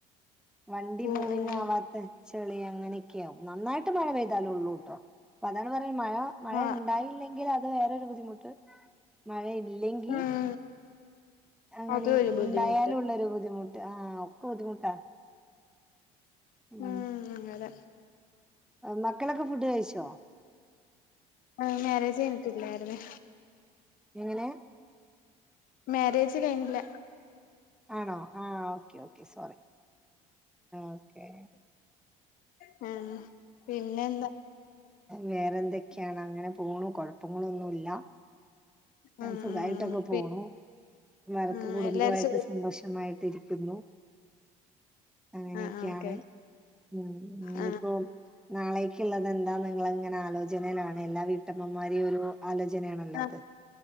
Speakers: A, in the centre; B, on the left.
A: വണ്ടി
B: ഉം
A: മൂവിങ്ങ്
B: ഉം ഉം
A: ആവാത്തെ ചെളിയങ്ങനൊക്കെയാ നന്നായിട്ട് മഴ പെയ്താലോള്ളൂട്ടോ <unintelligible> മഴ മഴണ്ടായില്ലെ
B: ആ
A: <unintelligible> മുട്ട് മഴയ് ല്ലങ്കി
B: ഉം
A: അങ്ങനെയും
B: അതും ഒരു ബുദ്ധിമുട്ട്
A: ണ്ടായാലുള്ളൊരു ബുദ്ധിമു ആ ക്ക ബുദ്ധിമുട്ടാ ഉം
B: ആ അതെ
A: മക്കളൊക്കെ ഫുഡ്‌ കഴിച്ചോ
B: ആ മാരേജ് കഴിഞ്ഞിട്ട്ല്ലാര്ന്ന്
A: എങ്ങനെ
B: മാര്യേജ് കഴിഞ്ഞില്ല
A: ആണോ ആ ഒക്കെ ഒക്കെ സോറി ഒക്കെ
B: മ് പിന്നെന്താ
A: വേറെന്തെക്കെയാണങ്ങനെ പോണു കൊഴപ്പങ്ങളൊന്നുല്ല
B: ഉം
A: സുഖായിട്ടൊക്കെ
B: ഉം
A: പോണു
B: പി
A: <unintelligible>
B: ഉം
A: കുടുംബായിട്ട്
B: എല്ലാരും സുഖ
A: സന്തോഷമായിട്ടിരി ക്കുന്നു അങ്ങനെയൊക്കെയാണ്
B: ആ ആ ഓക്കെ
A: ഉം ഇഞ്ഞിപ്പം
B: ആ
A: നാളേക്ക്ള്ളത് എന്താന്ന് ഇങ്ങള്ങ്ങനെ ആലോചനേലാണ് എല്ലാ വീട്ടമ്മമാരെയൊരു ആലോചനയാണല്ലോ
B: ആ
A: അത്